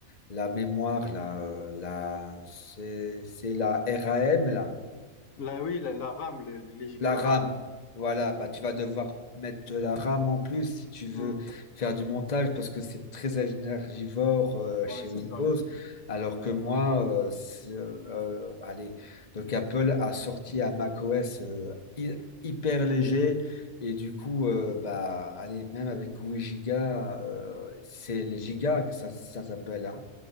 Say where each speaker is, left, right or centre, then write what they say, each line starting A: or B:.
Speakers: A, on the left; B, on the left.
A: la mémoire, la, euh, la, c'est c'est la RAM, là.
B: Là, oui, la, la RAM, le- les gigas
A: La
B: de
A: RAM.
B: RAM, ouais.
A: Voilà,
B: Ouais,
A: bah, tu vas devoir mettre de la RAM en plus si tu veux
B: Mm.
A: faire du montage parce que c'est très énergivore euh,
B: Ouais,
A: chez
B: c'est
A: Windows.
B: ça.
A: Alors que moi, euh, c'est, euh, allez, donc Apple a sorti un macOS euh, hy- hyper léger et du coup, euh, bah, allez, même avec 8 gigas, euh, c'est les gigas que ça, ça s'appelle, hein.